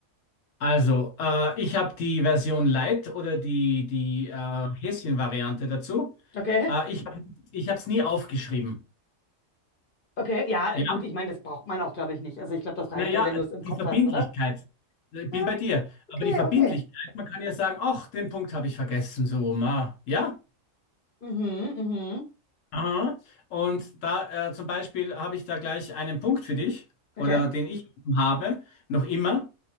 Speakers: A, on the left; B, on the left.
A: Also, äh, ich habe die Version Lite oder die, die äh, Häschen-Variante dazu.
B: Okay,
A: Äh, ich hab, ich habe es nie aufgeschrieben.
B: okay, ja,
A: Ja,
B: gut, ich meine, das braucht man auch, glaube ich, nicht. Also ich glaube, das reicht
A: naja,
B: ja, wenn du es im Kopf
A: die Verbindlichkeit.
B: hast, oder?
A: Ich bin
B: Ah,
A: bei dir.
B: okay,
A: Aber die Verbindlichkeit,
B: okay.
A: man kann ja sagen, ach, den Punkt habe ich vergessen, so, ma. Ja?
B: Mhm, mhm.
A: Aha. Und da äh, zum Beispiel habe ich da gleich einen Punkt für dich
B: Okay,
A: oder den ich habe, noch immer.